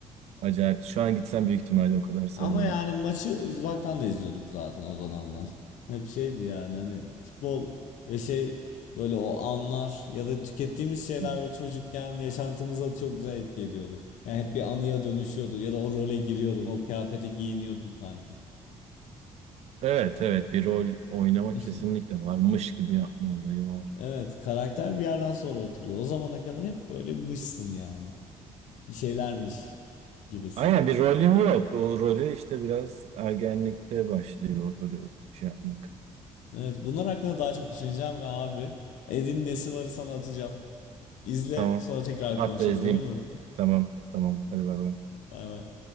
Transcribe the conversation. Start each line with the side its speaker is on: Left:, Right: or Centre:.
Right: acayipti. Şu an gitsem büyük ihtimalle o kadar sevmem.
Left: Ama yani maçı uzaktan da izliyorduk zaten o dönemler. Hep şeydi yani hani futbol ve şey böyle o anlar ya da tükettiğimiz şeyler
Right: Hı.
Left: böyle çocukken yaşantımıza çok güzel etki ediyordu. Yani hep bir anıya dönüşüyordu ya da o role giriyordun, o kıyafete giyiniyordun sanki.
Right: Evet evet bir rol oynama
Left: <laughs>
Right: kesinlikle varmış gibi yapma olayı var.
Left: Evet, karakter bir yerden sonra oturuyor. O zamana kadar hep böyle mışsın yani. Bir şeylermiş gibisin.
Right: Aynen bir rolün yok. O rolü işte biraz ergenlikte başlıyor o rolü şey yapmak.
Left: Evet, bunlar hakkında daha çok düşüneceğim ve abi Edin nesi varı sana atacağım. İzle
Right: Tamam.
Left: sonra tekrar
Right: Hatta
Left: konuşalım
Right: izleyeyim.
Left: olur mu?
Right: Tamam tamam. Hadi bay bay.
Left: Bay bay.